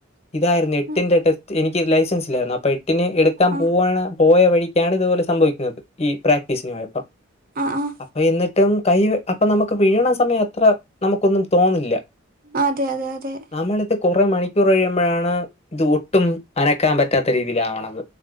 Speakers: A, on the left (about 30°); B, on the right (about 45°).
A: ഇതായിരുന്നു എട്ടിന്റെ
B: ആ
A: ടെസ്റ്റ് എനിക്ക് ലൈസൻസില്ലായിരുന്നു അപ്പൊ എ ട്ടിന് എടുക്കാൻ
B: ആ
A: പോവണ പോയ വഴിക്കാണിതുപോലെ സംഭവിക്കുന്നത് ഈ പ്രാക്ടീസിനു പോയപ്പം
B: ആഹ് ആഹ്
A: അപ്പയെന്നിട്ടും കൈ അപ്പൊ നമുക്ക് വീഴണ സമയത്ര നമുക്കൊന്നും തോന്നില്ല
B: അതെ അതെ അതെ
A: നമ്മളിപ്പെ കുറെ മണിക്കൂറ് കഴിയുമ്പഴാണ് ഇതൊട്ടും അനക്കാ പറ്റാത്ത രീതിയിലാവണത്.